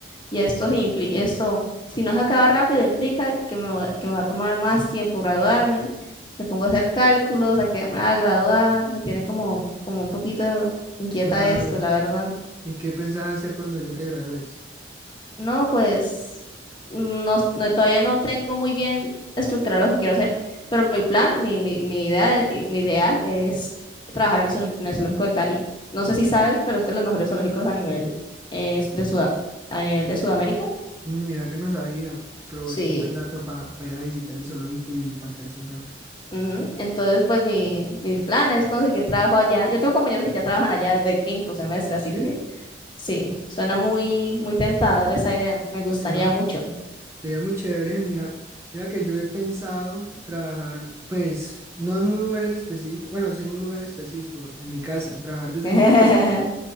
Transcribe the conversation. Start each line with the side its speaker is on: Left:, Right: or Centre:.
Left: y esto, se impli- esto si no se acaba rápido, implica que me, va- que me va a tomar más tiempo graduarme. Me pongo a hacer cálculos, a quedarme a graduar, me tiene como, como un poquito inquieta
Right: claro.
Left: esto, la verdad.
Right: ¿Y qué pensás hacer cuando ya te gradúes?
Left: No, pues no, no- todavía no tengo muy bien estructurado lo que quiero hacer, pero mi plan, mi, mi, mi idea, mi ideal es trabajar en el, zool- en el zoológico de Cali. No sé si sabes, pero este es de los mejores zoológicos a nivel, eh, de Suda- a nivel de Sudamérica.
Right: Mm, Mira que no sabía, pero
Left: Sí.
Right: buen buen dato para ir a visitar el zoológico y parcharse un rato.
Left: ujú. Entonces, pues mi, mis planes es conseguir trabajo allá. Yo tengo compañeros que ya trabajan allá desde quinto semestre,
Right: ¿Sí?
Left: así que sí, suena muy, muy tentador esa idea. Me gustaría
Right: Sería muy,
Left: mucho.
Right: sería muy chévere, mira, mira que yo he pensado trabajar, pues, no en un lugar en específico, bueno, sí en un lugar específico, en mi casa, trabajar desde
Left: <laughs>
Right: mi casa,